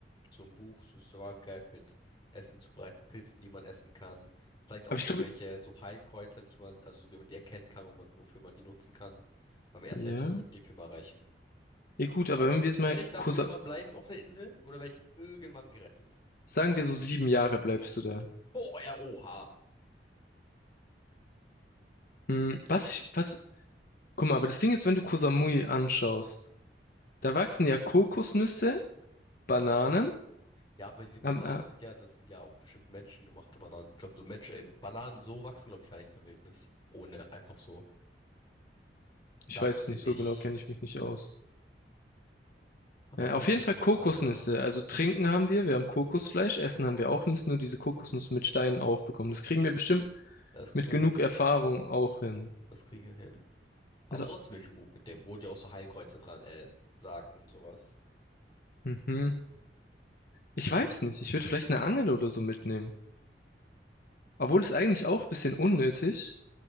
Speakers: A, on the left (about 25°); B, on the left (about 55°).
A: So ein Buch, so ein Survival Guide mit Essen zubereiten, Pilzen, die man essen kann. Vielleicht auch
B: Aber ich
A: irgendwelche
B: glaube,
A: so Heilkräuter, die man, also wie man die erkennen kann, wo man, wofür man die nutzen kann. Weil mir erst
B: ja.
A: selbst das würde die Firma erreichen.
B: Ja gut,
A: Warte,
B: aber wenn wir jetzt mal
A: werde ich dafür
B: kurz,
A: immer
B: äh,
A: bleiben auf der Insel oder werde ich irgendwann gerettet?
B: sagen wir so sieben Jahre bleibst du da.
A: Boah, ja, oha.
B: Hm, was ich, was, guck mal, aber das Ding ist, wenn du Koh Samui anschaust, da wachsen ja Kokosnüsse, Bananen,
A: Ja, aber diese Bananen
B: ähm, äh,
A: sind ja, das sind ja auch bestimmt menschengemachte Bananen. Ich glaube, so Menschen, äh, Bananen so wachsen, glaube ich, gar nicht in der Wildnis. Ohne, einfach so.
B: ich
A: Dachte
B: weiß es nicht
A: ich.
B: so genau, kenne ich mich nicht aus.
A: Aber
B: Äh,
A: ja, Kokosnüsse,
B: auf jeden Fall Kokosnüsse,
A: ja.
B: also trinken haben wir, wir haben Kokosfleisch, essen haben wir auch, wir müssen nur diese Kokosnuss mit Steinen aufbekommen. Das kriegen wir bestimmt
A: Ja, das kriegen
B: mit
A: wir
B: genug
A: hin.
B: Erfahrung auch hin.
A: Das kriegen wir hin. Aber
B: Also,
A: trotzdem will ich ein Buch mit dem, wo die auch so Heilkräuter dran, äh, sagen und sowas.
B: mhm. Ich weiß nicht. Ich würde vielleicht eine Angel oder so mitnehmen. Obwohl es eigentlich auch ein bisschen unnötig,